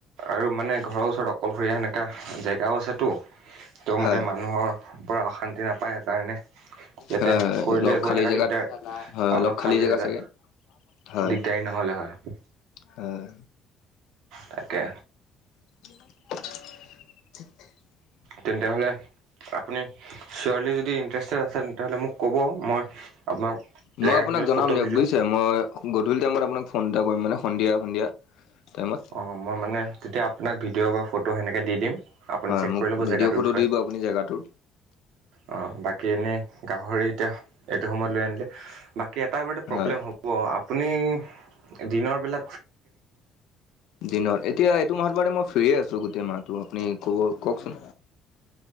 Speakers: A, on the right; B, on the left.
A: আৰু মানে ঘৰৰ ওচৰত অকলশৰীয়া সেনেকুৱা জেগাও আছেতো ত
B: হয়,
A: মানে মানুহৰ পৰা অশান্তি নাপায়। সেইকাৰণে ইয়াতে
B: হয়,
A: কৰিলে
B: অলপ
A: একো
B: খালী
A: সেনেকুৱা
B: জেগাত
A: দিগদাৰ
B: হয়,
A: অলপ
B: খালী
A: খালে
B: জেগা
A: জেদা
B: চাগে হয়।
A: দিগদাৰী নহ'লে হয়।
B: হয়,
A: তাকে।
B: <unintelligible>
A: তেন্তে হলে আপুনি ছিওৰলি যদি ইটাৰেষ্টড আছে তেন্ত মোক ক'ব। মই আপোনাক
B: মই
A: জেগাখিনিৰ
B: আপোনাক জনাম
A: ফটো
B: দিয়ক
A: ভিডিঅ'
B: বুজিছে। মই গধূলি টাইমত আপোনাক ফোন এটা কৰিম মানে। সন্ধিয়া, সন্ধিয়া টাইমত
A: অঁ মই মানে তেতিয়া আপোনাক ভিডিঅ' বা ফটো সেনেকৈ দি দিম। আপুনি
B: হয়,
A: চেক
B: মোক
A: কৰি ল'ব
B: ভিডিঅ'
A: জেগাটোৰ
B: ফটো
A: বিষয়ে।
B: দি দিব আপুনি জেগাটোৰ
A: অ বাকী এনেই গাহৰি এতিয়া এইটো সময়ত লৈ আনিলে বাকী এটা বৰ প্ৰব্লেম
B: হয়।
A: হ'ব। আপুনি দিনৰ বিলাক
B: দিনত, এতিয়া এইটো মাহত মানে মই ফ্ৰীয়ে আছো গোটেই মাহটো। আপুনি ক'ব কওকচোন।